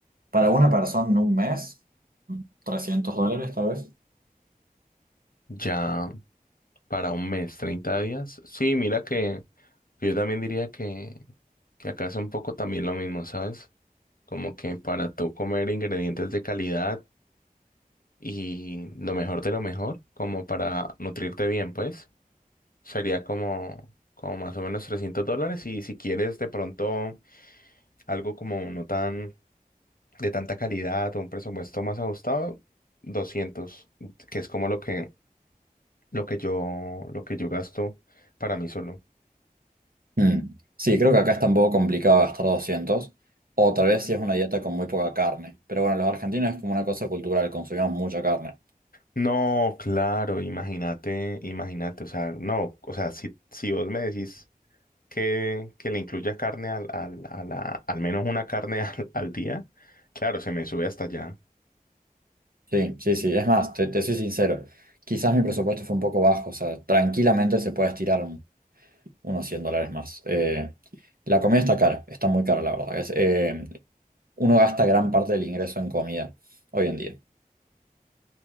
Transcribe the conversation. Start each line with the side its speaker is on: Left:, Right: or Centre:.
Right: Para una persona en un mes, 300 dólares tal vez.
Left: ya para un mes, 30 días? Sí, mira que yo también diría que, que acá es un poco también lo mismo, ¿sabes? Como que para tú comer ingredientes de calidad y lo mejor de lo mejor, como para nutrirte bien, pues, sería como, como más o menos 300 dólares y si quieres de pronto algo como no tan de tanta calidad o un presupuesto más ajustado, 200 que es como lo que, lo que yo, lo que yo gasto para mí solo.
Right: Mm. Sí, creo que acá está un poco complicado gastar 200 o tal vez si es una dieta con muy poca carne. Pero bueno, los argentinos es como una cosa cultural, consumimos mucha carne.
Left: No, claro, imagínate, imagínate, o sea, no, o sea, si, si vos me decís que, que le incluya carne al, al, a la- al menos una carne <laughs> al, al día, claro, se me sube hasta allá.
Right: Sí, sí, sí, es más, te, te soy sincero, quizás mi presupuesto fue un poco bajo, o sea, tranquilamente se puede estirar un- unos 100 dólares más. Eh, la comida está cara, está muy cara, la verdad. Es, eh, uno gasta gran parte del ingreso en comida hoy en día.